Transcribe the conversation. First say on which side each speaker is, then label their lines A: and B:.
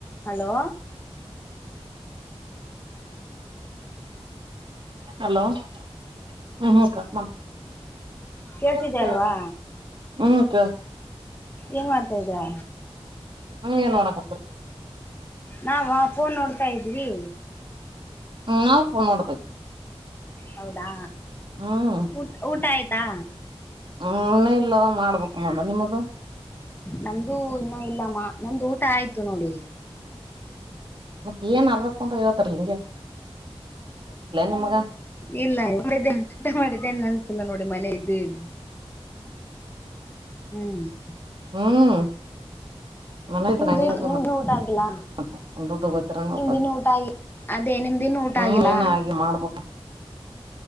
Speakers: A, on the left (about 20°); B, on the right (about 50°).
A: ಹಲೋ
B: ಹಲೋ ಹ್ಮು ಹ್ಮು ಅಕ್ಕ ಮನ್
A: ಕೇಳ್ತಿದೆ
B: ಕೇಳ್ಸುತ್ತೆ
A: ಅಲ್ವಾ
B: ಆಲ್ವಾ ಹ್ಮು ಕೇಳ್
A: ಏನ್ ಮಾಡ್ತಾ ಇದಿಯಾ.
B: ನೀವ್ ಏನ್ ಮಾಡಾಕತ್ತಿರಿ.
A: ನಾವಾ ಫೋನ್ ನೋಡ್ತಾ ಇದ್ವಿ.
B: ಹ್ಮು ನಾವು ಪೋನ್ ನೋಡ್ತಾ
A: ಹೌದಾ
B: ಹ್ಮ್
A: ಊಟ್ ಊಟ ಆಯ್ತಾ.
B: ಹ್ಮು ಇನ್ನ ಇಲ್ಲವ್ವ ಮಾಡ್ಬೇಕು ನೋಡ ನಿಮ್ಮದು.
A: ನಮ್ದು ಇನ್ನೂ ಇಲ್ಲಮ್ಮ ನಮ್ದು ಊಟ ಆಯ್ತು ನೋಡಿ.
B: ಮತ್ತ ಏನ್ ಅರ್ದಕ್ಕೊಂಡ್ ಹೇಳ್ತಾರಲ್ಲ ಹಿಂಗ್ಯಾಕ್ <unintelligible>
A: <unintelligible> ಊಟ ಮಾಡಿದ್ದೇ ನೆನ್ಪಿಲ್ಲ ನೋಡಿ ಮನೆಯಲಿ ಇದ್ದು ಇದ್ದು. ಹ್ಮು
B: ಹ್ಮು ಮನೆಯಲಿ ಇದ್ರ
A: ನಿಮ್ದು
B: ನಂಗ್ಯಾಕ್
A: ನಿಮ್ದು
B: ಬೇಕ್
A: ಊಟ ಆಗಿಲ್ಲ
B: ಮತ್ತ್. ಉಂಡುದ್ದು ಗೊತ್ತ್ ಇರಾಂಗಿಲ್ಲ
A: ನಿಮ್ದಿನ್ನು
B: ಉಪಾಸ್
A: ಊಟ ಆಗಿ ಅದೇ ನಿಮ್ದಿನ್ನು ಊಟ
B: ಹ್ಮು
A: ಆಗಿಲ್ಲ
B: ಇನ್ನ್ ಹಾಗಿ ಮಾಡ್ಬೇಕ್ ನೋಡ್.